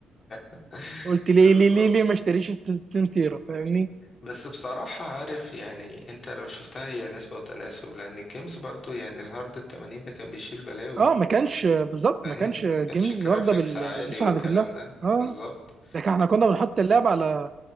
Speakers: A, on the left; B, on the right.
A: <laughs>
B: قلت ليه
A: بالظبط
B: ليه ليه ليه ما اشتريش ال 2 تيرا فاهمني
A: بس بصراحة عارف يعني انت لو شفتها هي نسبة وتناسب لان الجيمز برضو يعني الهارد ال 80 ده كان بيشيل بلاوي
B: اه ما كانش بالظبط
A: فاهم
B: ما كانش جيمز
A: ما كانش جرافيكس
B: واخده بال-
A: عالي
B: بالمساحه
A: والكلام
B: دي كلها
A: ده
B: اه
A: بالظبط
B: ده كان- احنا كنا بنحط اللعب على